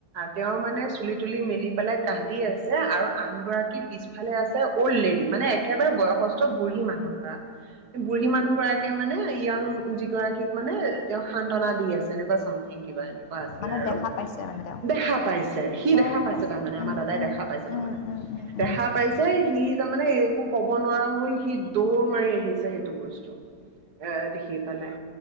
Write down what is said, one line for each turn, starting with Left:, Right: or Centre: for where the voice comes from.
Right: তেওঁ মানে চুলি-তুলি মেলি পেলাই কান্দি আছে আৰু আনগৰাকী পিছফালে আছে অল্ড লেডী, মানে একেবাৰে বয়সস্থ ত' বুঢ়ী মানুহ ধৰা। বুঢ়ী মানুহগৰাকী মানে ইয়াং যিগৰাকীক মানে তেওঁক সান্ত্বনা দি আছে এনেকুৱা চামথিং কিবা এনেকুৱা আছিলে
Left: মানে
Right: আৰু
Left: দেখা পাইছে মানে তেওঁ?
Right: দেখা পাইছে, সি
Left: অঁ
Right: দেখা পাইছে তাৰমানে
Left: উম
Right: আমাৰ দাদাই
Left: উম
Right: দেখা পাইছে
Left: উম
Right: তাৰমানে।
Left: উম উম উম
Right: দেখা
Left: উম উম উম
Right: পাইছে সি তাৰমানে একো ক'ব নোৱাৰা হ'ল সি দৌৰ মাৰি আহিছে সেইটো বস্তু, এ দেখি পেলাই।